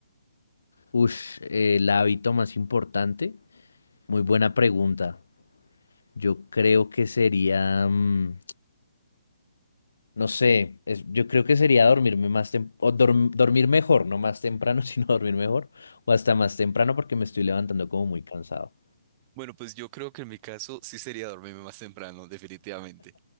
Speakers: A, on the left; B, on the right.
A: Ush, eh, el hábito más importante, muy buena pregunta. Yo creo que sería... mm, No sé, es- yo creo que sería dormirme más tem- o dorm- dormir mejor, no más temprano, <laughs> sino dormir mejor, o hasta más temprano porque me estoy levantando como muy cansado.
B: Bueno, pues yo creo que en mi caso sí sería dormirme más temprano, definitivamente.